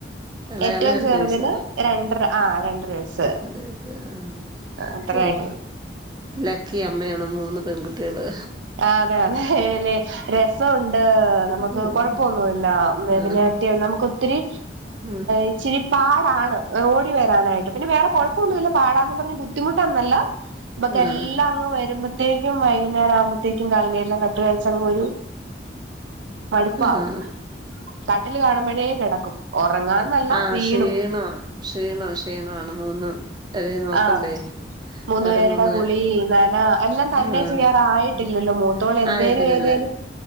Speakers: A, on the right (about 25°); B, on the right (about 85°).
A: ഇളയാള്
B: ഏറ്റവും
A: രണ്ട്
B: ചെറുതിന്
A: വയസ്സ്
B: രണ്ടര ആഹ് രണ്ടര വയസ്സ്.
A: രണ്ട് വയസ്സ് ആഹ്
B: അത്ര
A: ഓഹ്
B: ആയിട്ടൊള്ളു.
A: ലക്കി അമ്മയാണ് മൂന്ന് പെൺട്ട്യേള്
B: ആ അതെ അതെ രസ ഉണ്ട് നമുക്ക്
A: ഉം
B: കൊഴപ്പൊന്നുല്ല <unintelligible>
A: ആഹ്
B: നമുക്ക് ഒത്തിരി
A: ഉം
B: ഇച്ചിരി പാടാണ് ഓടി വ ക്കാനായിട്ട്. പിന്നെ വേറെ കുഴപ്പൊന്നുല്ല പാടാന്ന് പറ്ഞ്ഞ് ബുദ്ധിമുട്ടൊന്നല്ല <unintelligible> ബക്ക്
A: ആഹ്
B: എല്ല ങ് വരുമ്പത്തേക്കും വൈന്നാരം ആകുമ്പത്തേക്കും കാലങ്ങല്ലാം കട്ടുകഴസങ്ങ് ഒരു മടുപ്പാവും
A: ആഹ്
B: കാട്ടിൽ കാണുമ്പഴേ കെടക്കും ഒറങ്ങാന്നല്ല
A: ആഹ്
B: വീണു.
A: ക്ഷീണം ക്ഷീണം ക്ഷീണാണ് മൂന്നും അല്ല നോക്കണ്ടേ.
B: ആഹ് മൂന്നു
A: അവര
B: പേരുടെ
A: മൂന്ന്
B: കുളി നന എല്ലാം തന്നെ
A: ആ
B: ചെയ്യാറായിട്ടില്ലല്ലോ
A: ഉം
B: മൂത്തോള് എന്തേലും
A: ആയിട്ടിട്ടില്ല.
B: ഏതേലും